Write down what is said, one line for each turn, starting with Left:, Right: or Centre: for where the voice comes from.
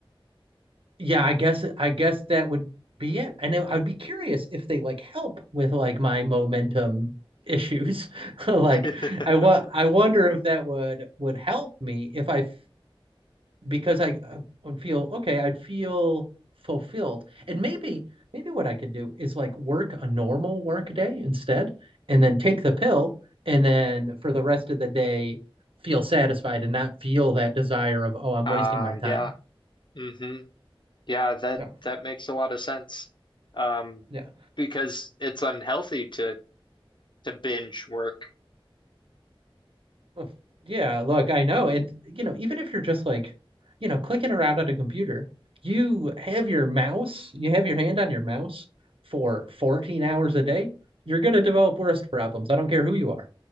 Right: yeah, I guess I guess that would be it. And I would be curious if they like help with like my momentum issues. <laughs> Like
Left: <laughs>
Right: I wa I wonder if that would would help me if I f- because I uh, would feel okay, I'd feel fulfilled. And maybe maybe what I could do is like work a normal work day instead and then take the pill and then for the rest of the day feel satisfied and not feel that desire of oh, I'm
Left: Uh,
Right: wasting my time.
Left: yeah. hmm Yeah, that
Right: Yeah.
Left: that makes a lot of sense. Um,
Right: Yeah.
Left: because it's unhealthy to to binge work.
Right: Oh, Yeah, look, I know. And, you know, even if you're just like, you know, clicking around on a computer, you have your mouse, you have your hand on your mouse for 14 hours a day, you're going to develop wrist problems. I don't care who you are.